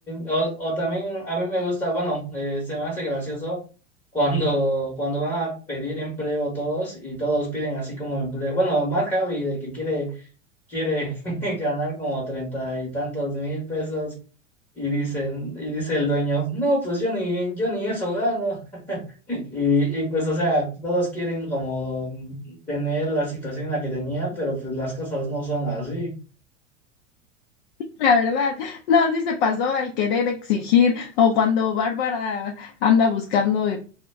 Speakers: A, on the left; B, on the left.
A: o, o también a mí me gusta, bueno, eh, se me hace gracioso cuando, cuando van a pedir empleo todos y todos piden así como empleo. Bueno, más Javi de que quiere, quiere <laughs> ganar como treinta y tantos mil pesos Y dicen, y dice el dueño, no, pues yo ni, yo ni eso gano. <laughs> Y, y pues, o sea, todos quieren como tener la situación en la que tenían, pero pues las cosas no son así.
B: La verdad, no, sí se pasó al querer exigir o cuando Bárbara anda buscando